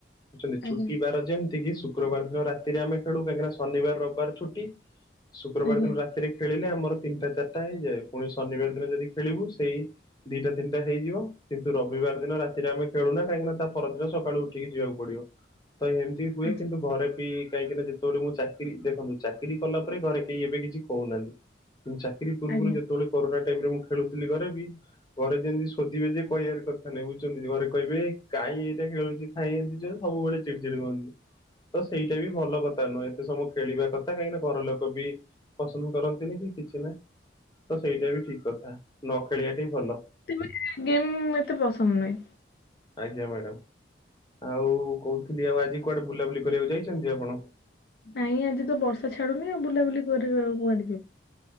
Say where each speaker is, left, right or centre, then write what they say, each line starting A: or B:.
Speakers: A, on the left; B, on the left.
A: ବୁଝୁଛନ୍ତି ଛୁଟି
B: ଆଜ୍ଞା
A: ବାର ଯେମିତିକି ଶୁକ୍ରବାର ଦିନ ରାତିରେ ଆମେ ଖେଳୁ କାହିଁକିନା ଶନିବାର ରବିବାର ଛୁଟି ଶୁକ୍ରବାର
B: ଆଜ୍ଞା
A: ଦିନ ରାତିରେ ଖେଳିଲେ ଆମର ତିନିଟା ଚାରିଟା ହେଇଯାଏ ପୁଣି ଶନିବାର ଦିନ ଯଦି ଖେଳିବୁ ସେଇ ଦିଟା ତିନିଟା ହେଇଯିବ କିନ୍ତୁ ରବିବାର ଦିନ ରାତିରେ ଆମେ ଖେଳୁନା କାହିଁକି ନା ତା ପରଦିନ ସକାଳୁ ଉଠିକି ଯିବାକୁ ପଡିବ। ତ ଏମତି ହୁଏ
B: ଆଚ୍ଛା
A: କିନ୍ତୁ ଘରେ ବି କାହିଁକି ନା <inaudible> ମୁଁ ଚାକିରି ଦେଖନ୍ତୁ ଚାକିରି କଲା ପରେ ଘରେ କେହି ଏବେ କିଛି କହୁନାହାନ୍ତି ଚାକିରି ପୂର୍ବରୁ
B: ଆଜ୍ଞା
A: ଯେତେବେଳେ କରୋନା ଟାଇମ୍ ରେ ମୁଁ ଖେଳୁଥିଲି ଘରେ ବି ଘରେ ଯେମିତି ସୋଧିବେ ଯେ କହିବାର କଥା ନାଇଁ ବୁଝୁଛନ୍ତି ଘରେ କହିବେ କାହିଁ ଏଇଟା ଖେଳୁଚି ଏମିତି ଯୋଗୁ ସବୁବେଳେ ଚିଡି-ଚିଡି ହଅନ୍ତି।
B: ହ
A: ତ ସେଇଟା ବି ଭଲ କଥା ନୁହେଁ ଏତେ ସମବୁ ଖେଳିବା କଥା କାହିଁକିନା ଘର ଲୋକ ବି ପସନ୍ଦ କରନ୍ତିନି କି କିଛି ନାହିଁ ତ ସେଇଟା ବି ଠିକ୍ କଥା ନ ଖେଳିବା ଟା ହିଁ ଭଲ।
B: ମତେ ଗେମ୍ ଏତେ ପସନ୍ଦ ନୁହେଁ।
A: ଆଜ୍ଞା ମ୍ୟାଡ଼ମ୍ ଆଉ କହୁଥିଲି ଆଉ ଆଜି କୁଆଡେ ବୁଲାବୁଲି କରିବାକୁ ଯାଇଛନ୍ତି ଆପଣ।
B: ନାଇଁ ଆଜି ତ ବର୍ଷା ଛାଡୁନି ଆଉ ବୁଲାବୁଲି କରିବା କି କୁଆଡେଯିବୁ।